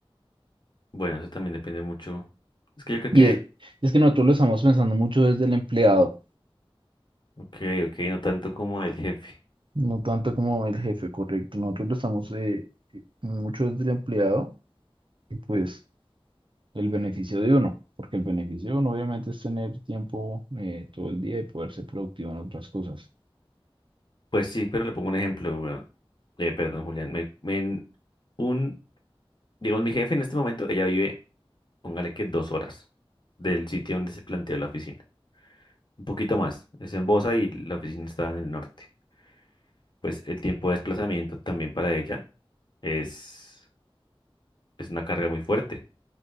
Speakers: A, on the left; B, on the right.
A: Bueno, eso también depende mucho. Es que yo creo
B: Y
A: que,
B: es, es que nosotros lo estamos pensando mucho desde el empleado,
A: ok, ok, no tanto como el jefe.
B: no tanto como el jefe, correcto. Nosotros lo estamos eh, mucho desde el empleado y pues... el beneficio de uno, porque el beneficio de uno obviamente es tener tiempo eh, todo el día y poder ser productivo en otras cosas.
A: Pues sí, pero le pongo un ejemplo, weón. Eh, perdón, Julián. Me, me- en un, digamos, mi jefe en este momento, ella vive, póngale que dos horas del sitio donde se planteó la oficina. Un poquito más. Es en Bosa y la oficina está en el norte. Pues el tiempo de desplazamiento también para ella es, es una carga muy fuerte.